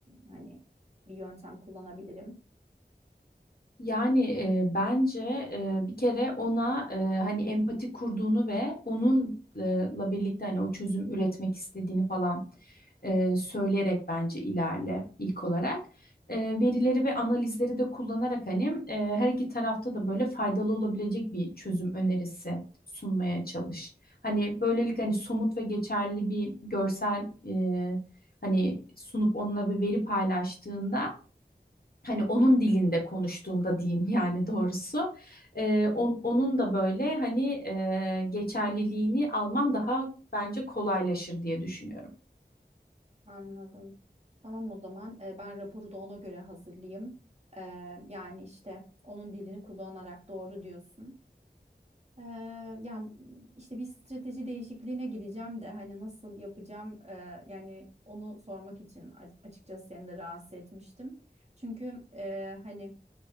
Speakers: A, on the right (about 40°); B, on the left (about 60°).
A: hani bir yöntem kullanabilirim.
B: Yani e, bence e, bir kere ona e, hani empati kurduğunu ve onunla birlikte hani o çözüm üretmek istediğini falan e, söyleyerek bence ilerle ilk olarak. E, verileri ve analizleri de kullanarak hani e, her iki tarafta da böyle faydalı olabilecek bir çözüm önerisi sunmaya çalış. Hani böylelikle hani somut ve geçerli bir görsel e, hani sunup onunla bir veri paylaştığında hani onun dilinde konuştuğunda diyeyim <laughs> yani doğrusu e, on- onun da böyle hani e, geçerliliğini alman daha bence kolaylaşır diye düşünüyorum.
A: Anladım. Tamam o zaman e, ben raporu da ona göre hazırlayayım. Ee, yani işte onun dilini kullanarak doğru diyorsun. Ee, yani işte bir strateji değişikliğine gideceğim de hani nasıl yapacağım e, yani onu sormak için a- açıkçası seni de rahatsız etmiştim. Çünkü e, hani